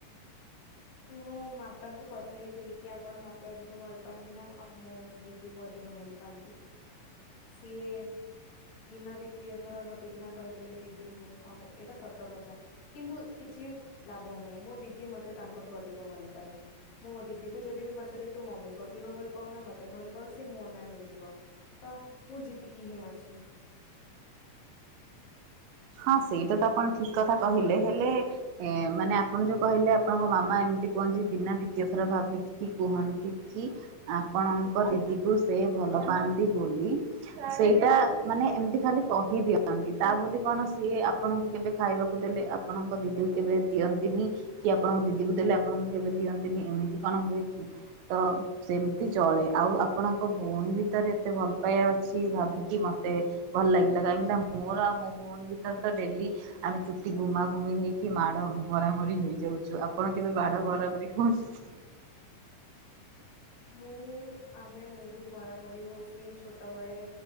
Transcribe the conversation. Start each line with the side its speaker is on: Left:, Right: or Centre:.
Left: ଁ ମୋ ମାତାଙ୍କୁ ପଚାରିଥିଲି କି ଆପଣ ମତେ ଅଧିକ ଭଲ ପାଆନ୍ତି ନା ମୁଁ ଦିଦି କୁ ଅଧିକ ଭଲ ପାନ୍ତି।
Right: <inaudible>
Left: ସିଏ ବିନା ଦ୍ଵିତୀୟ ଥର ଭାବିକିନା କହିଥିଲେ ଦ ଆଉ ଏଇଟା ସତ କଥା କିନ୍ତୁ କିଛି ଲାଭ ନାହିଁ ମୋ ଦିଦି ମତେ ତାଙ୍କ ଠୁ ଅଧିକ ଭଲ ପାଏ। ମୁଁ ମୋ ଦିଦି କୁ ଯଦି ବି ପଚାରିବି ତୁ ମମି କ ଅଧିକ ଭଲ ପାଉ ନା ମତେ ଭଲ ପାଉ ସି ମୋ ନାଁ ନେଇଯିବ। ତ ମୁଁ ଜିତିକି ହିଁ ଅଛି।
Right: ହଁ ସେଇଟା ତ ଆପଣ ଠିକ କଥା କହିଲେ। ହେଲେ ଏ ମାନେ ଆପଣ ଯୋଉ କହିଲେ ଆପଣଙ୍କ ମାମା ଏମିତି କୁହନ୍ତି ବିନା ଦ୍ଵିତୀୟ ଥର ଭାବିକି କୁହନ୍ତି କି ଆପଣଙ୍କ ଦିଦିକୁ ସେ ଭଲ ପାଆନ୍ତି ବୋଲି ସେଇଟା ମାନେ ଏମିତି ଖାଲି କହିଦିଅନ୍ତି ତା ବୋଲି କଣ ସିଏ ଆପଣଙ୍କୁ କେବେ ଖାଇବାକୁ ଦେଲେ ଆପଣଙ୍କ ଦିଦିକୁ କେବେ ଦିଅନ୍ତିନି କି ଆପଣଙ୍କ ଦିଦି କ ଦେଲେ ଆପଣଙ୍କୁ କେବେ ଦିଅନ୍ତିନି ଏମିତି କଣ ହୁଏ କି ତ ସେମିତି ଚଳେ ଆଉ ଆପଣଙ୍କ ଭଉଣୀ ଭିତରେ ଏତେ ଭଲ ପାଇବା ଅଛି ଭାବିକି ମତେ ଭଲ ଲାଗିଲା କାହିଁକି ନା ମୋର ଆଉ ମୋ ଭଉଣୀ ଭିତରେ ତ ଡେଲି ଆମେ ଚୁଟି ଗୁମାଘୁମି ହେଇକି ମାଡ ମରାମରି ହେଇଯାଉଛୁ ଆପଣ କେବେ ମାଡ ମରାମରି ହୁଅନ୍ତୁି।
Left: ମୁଁ ଆମେ ବହୁତ ମରାମରି ହଉ ସ ଛୋଟବେଳେ